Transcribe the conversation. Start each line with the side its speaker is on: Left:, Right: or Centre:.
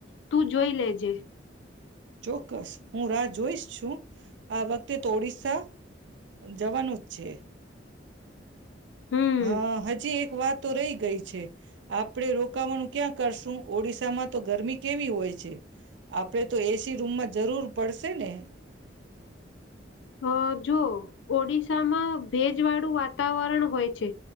Left: તું જોઈ લેજે.
Right: ચોક્કસ હું રાહ જોઈશ છું, આ વખતે તો ઓડિસ્સા, જવાનું જ છે.
Left: હમ
Right: હા હજી એક વાત. તો રહી ગઈ છે, આપણે રોકાવાનું ક્યાં કરશું ઓડિશામાં તો ગરમી કેવી હોય છે, આપણે તો એસી રૂમમાં જરૂર પડશે ને?
Left: અ જો ઓડિશામાં ભેજ વાળું વાતાવરણ હોય છે,